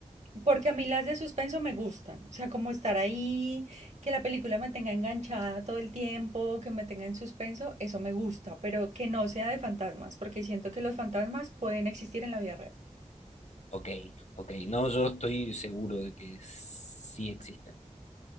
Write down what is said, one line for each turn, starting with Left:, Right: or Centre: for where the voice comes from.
Right: porque a mí las de suspenso me gustan, o sea, como estar ahí, que la película me tenga enganchada todo el tiempo, que me tenga en suspenso, eso me gusta, pero que no sea de fantasmas, porque siento que los fantasmas pueden existir en la vida real.
Left: Ok, ok. No, yo estoy seguro de que sí existen.